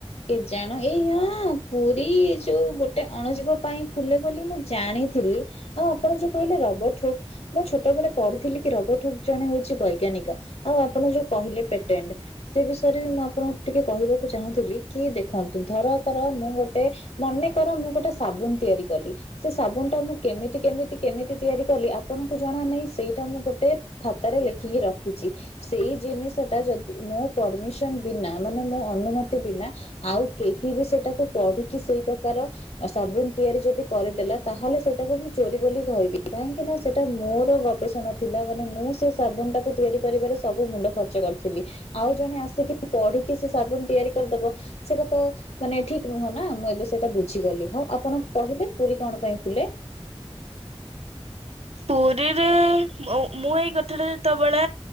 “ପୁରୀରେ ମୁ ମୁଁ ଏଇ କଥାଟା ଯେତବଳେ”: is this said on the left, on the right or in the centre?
Right